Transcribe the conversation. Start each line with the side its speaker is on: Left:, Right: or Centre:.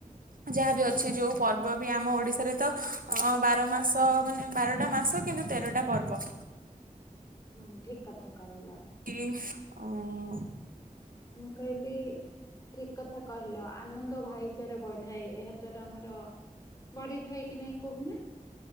Right: ଯାହାବି ଅଛି ଯୋଉ ପର୍ବ ବି ଆମ ଓଡିଶାରେ ତ ଅ ବାର ମାସ ମାନେ ବାରଟା ମାସ କିନ୍ତୁ ତେରଟା ପର୍ବ।
Left: ହଁ ଠିକ କଥା କହିଲ।
Right: କି ଅଁ।
Left: ମୁଁ କହିଲି ଠିକ କଥା କହିଲ ଆନନ୍ଦ ଭାଇଚାରା ବଢାଏ ଏହା ଦ୍ଵାରା ଆମର ବଢିଥାଏ କି ନାଇଁ କହୁନା